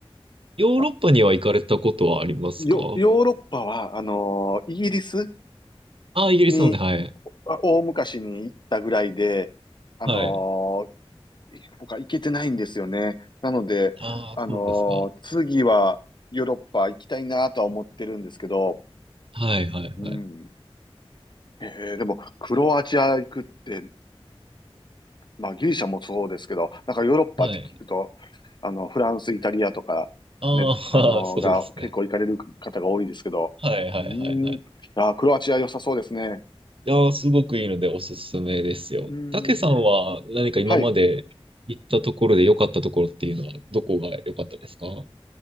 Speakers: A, on the right (about 60°); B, on the left (about 50°).
A: ヨーロッパには行かれたことはありますか
B: あ、ヨ、ヨーロッパは、あのーイギリス
A: あ、イギリスので、
B: に
A: はい。
B: あ大昔に行ったぐらいで、あのー
A: はい。
B: 他行けてないんですよね。なので、
A: ああ、
B: あのー次はヨーロッパ行きたいなとは思ってるんですけど、
A: そうですか。はい、はい、
B: うん。
A: はい。
B: えーでも、クロアチア行くって、まあギリシャもそうですけど、なんかヨーロッパって聞くと、
A: はい。
B: あの、フランス、イタリアとか、
A: ああ、
B: ね、あのーが結構行かれる方が多いですけど、
A: <laughs> そうですね。はい、はい、
B: うん。
A: はい、はい。
B: あー、クロアチア良さそうですね。
A: いやー、すごくいいのでおすすめですよ。
B: うん。
A: たけさんは何か今まで行ったところで良かったところっていうのはどこが良かったですかは
B: はい。